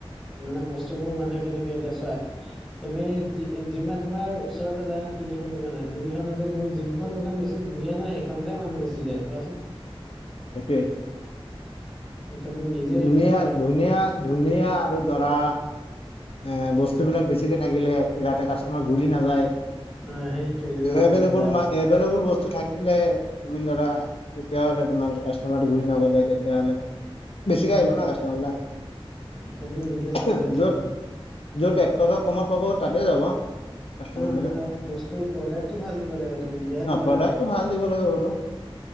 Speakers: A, in the centre; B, on the left.
A: মানে বস্তু বোৰ মানুহে কেনেকে এতিয়া চোৱা, তুমি যিমান তোমাৰ ওচৰতে লৰা তিনি তিনিখন দোকান হয়, তিনিখনত যে তুমি যোনখন দোকান বেছি ধুনীয়া নাই সেইখনতে মানুহ বেছি যায় চাবাচোন।
B: সেইটোৱে।
A: তুমি নিজে
B: ধুনীয়া-ধুনীয়া-ধুনীয়া
A: সেইটো চেষ্টা কৰা
B: আৰু দৰা এ বস্তুবলাক বেছিকে থাকিলে, যাতে কাষ্টমাৰ ঘূৰি নাযায়।
A: অ সেইটোৱে যেনেকুৱা
B: এভলেবল
A: কৈছে বোলা
B: ম এভলেবল বস্তু থাকিলে, তুমি ধৰা তেতিয়াহলে তোমাৰ কাষ্টমাৰটো ঘূৰি নগলে তেতিয়াহলে। বেছিকে
A: উম
B: আহিব ন কাষ্টমাৰ বিলাক।
A: তুমি নিজে চাব লাগিব
B: য'ত
A: সেইটো
B: যত এক টকা কমত পাব তাতে যাব। কাষ্টমাৰ
A: উম
B: বিলাক
A: উম বস্তু প্ৰডাক্টটো ভাল দিব লাগিব তুমি, তেতিয়াহে
B: ন
A: তোমাৰ
B: প্ৰডাক্টটো
A: অ
B: ভাল দিব লাগিব বাৰু